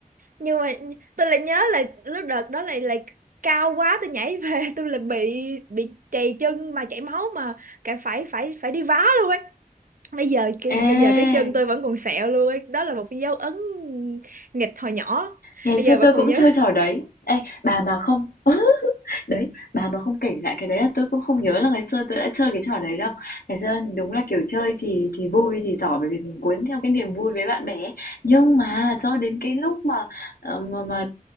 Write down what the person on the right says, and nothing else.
nhưng mà nh- tôi lại nhớ là lúc đợt đó lại lại cao quá tôi nhảy về <laughs> tôi lại bị bị trầy chân mà chảy máu mà cả phải phải phải đi vá luôn ấy bây giờ cái
bây giờ cái chân tôi vẫn còn sẹo luôn ấy. Đó là một cái dấu ấn nghịch hồi nhỏ
bây
giờ
vẫn còn
nhớ